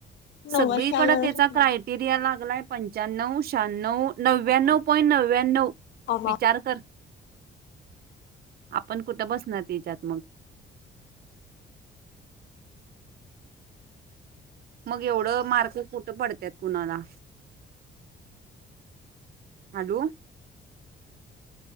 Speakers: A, on the left (about 65°); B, on the right (about 50°).
A: नव्वदच्या
B: सगळीकड
A: वरच
B: त्याचा
A: ना
B: क्रायटेरिया लागलाय पंच्याण्णव शण्णव. नव्याण्णव
A: आबा
B: पॉइ नव्याण्णव
A: आबा
B: विचार कर? आपण कुठं बसणार हिच्यात मग.
A: ह <unintelligible>
B: मग एवढं मार्क कुठं पडतत कुणाला? Hello